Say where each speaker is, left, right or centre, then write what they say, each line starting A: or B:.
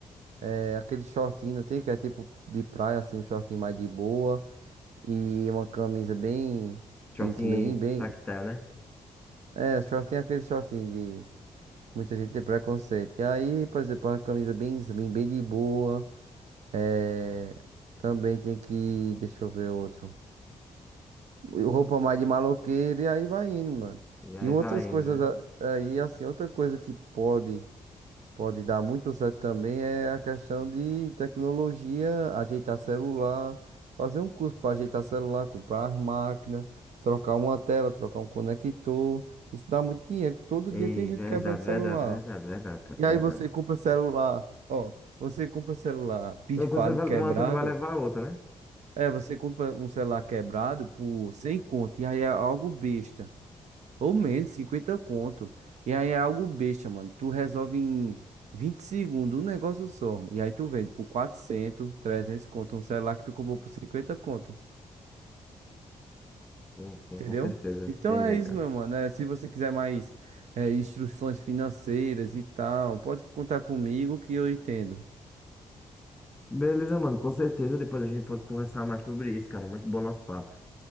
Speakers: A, on the right; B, in the centre.
A: é, aquele shortinho, não tem que é tipo de praia assim, um shortinho mais de boa e uma camisa bem
B: short
A: slim, bem
B: tactile, né?
A: É, shortinho é aquele shortinho de muita gente tem preconceito. E aí, por exemplo, uma camisa bem slim, bem de boa. É, também tem que, deixa eu ver outro. Roupa mais de maloqueiro e aí vai indo, mano.
B: E aí
A: E outras
B: vai,
A: coisas
B: indo,
A: a-
B: né?
A: aí, assim, outra coisa que pode. Pode dar muito certo também é a questão de tecnologia, ajeitar celular, fazer um curso para ajeitar celular, comprar as máquinas, trocar uma tela, trocar um conector. Isso dá muito dinheiro. Todo
B: Ei,
A: dia tem gente
B: verdade,
A: quebrando celular.
B: verdade, verdade, verdade, cara,
A: E aí
B: verdade.
A: você compra celular, ó, você compra celular pifado,
B: Uma coisa, vai-
A: quebrado.
B: uma coisa vai levar a outra, né?
A: É, você compra um celular quebrado por 100 conto, e aí é algo besta. Ou menos, 50 conto. E aí é algo besta, mano. Tu resolve em 20 segundos um negócio só. E aí tu vende por 400 300 conto. Um celular que tu comprou por 50 conto.
B: Sim, sim,
A: Entendeu?
B: com certeza.
A: Então
B: Entendi,
A: é isso,
B: cara.
A: meu mano. É, se você quiser mais é, instruções financeiras e tal, pode contar comigo que eu entendo.
B: Beleza, mano. Com certeza depois a gente pode conversar mais sobre isso, cara. É muito bom nosso papo.